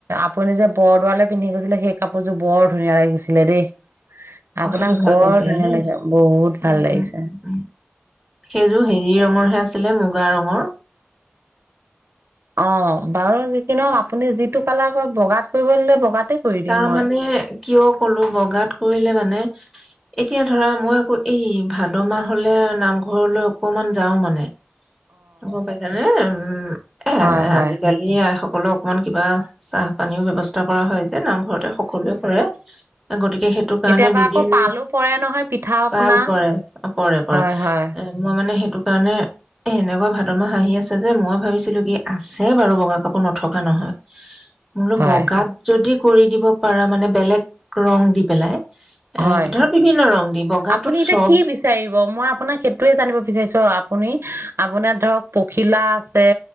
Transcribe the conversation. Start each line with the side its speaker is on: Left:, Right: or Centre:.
Right: আপুনি যে বৰদোৱালে পিন্ধি গৈছিলে। সেই কাপোৰযোৰ বৰ ধুনীয়া লাগিছিলে দেই! আপোনাক
Centre: অ' সেইযোৰ ভাল
Right: বৰ
Centre: পাইছিলা
Right: ধুনীয়া
Centre: ন?
Right: লাগিছে বহুত ভাল
Centre: উম উম
Right: লাগিছে।
Centre: উম সেইযোৰ হেৰিয়ৰ। ৰঙৰ হে আছিলে, মুগা ৰঙৰ।
Right: অ বাৰু যি কি নহওক আপুনি যিটো কালাৰ, বগাত কৰিব দিলে বগাতে কৰি দিম
Centre: তাৰ
Right: মই।
Centre: মানে, কিয় কলো, বগাত কৰিলে মানে এতিয়া ধৰা মই আকৌ এই ভাদ মাহ হলে নামঘৰলৈ অকমান যাও মানে। অ গম পাইছা নে? উম এ
Right: হয় হয়
Centre: আজিকালি আই স সকলক অকমান কিবা, চাহ পানীও ব্যৱস্থা কৰা হয়। নামঘৰতে সকলোৱে কৰে, গতিকে সেইটো কাৰণে
Right: কেতিয়াবা
Centre: দুদিন
Right: আকৌ পালো পৰে নহয় পিঠা আপনা
Centre: পাল পৰে, পৰে-পৰে
Right: হয় হয়
Centre: এ মই মানে সেই সেটো কাৰণে সেনে কোৱা ভাদ মাহ আহি আছে যে, মই ভাবিছিলো কি আছে বাৰু বগা কাপোৰ, নথকা নহয়। মই বোলো
Right: হয়
Centre: বগাত যদি কৰি দিব পাৰা মানে বেলেগ ৰং দি পেলাই এ
Right: হয়
Centre: ধৰ বিভিন্ন ৰং। দি বগাটোত
Right: আপুনি এতিয়া
Centre: চব
Right: কি বিচাৰিব? মই আপোনাক সেইটোয়ে জানিব বিচাৰিছো, আপুনি আপোনাৰ ধৰক পখিলা আছে